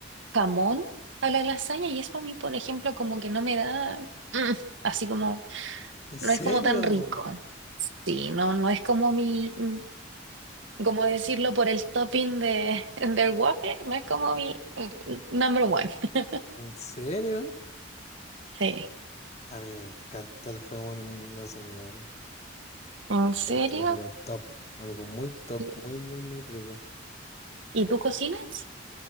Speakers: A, on the right; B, on the left.
A: jamón a la lasaña y eso a mí, por ejemplo, como que no me da, mm, así como,
B: ¿En serio?
A: no es como tan rico. Sí, no, no es como mi, mm, como decirlo por el topping de, <laughs> del waffle, no es como mi mm, mm, number one. <laughs>
B: ¿En serio?
A: Sí.
B: A mí me encanta el jamón lasaña, la verdad.
A: ¿En
B: Encuentro,
A: serio?
B: pero top. Algo muy top,
A: ¿Y,
B: muy, muy, muy rico.
A: y tú cocinas?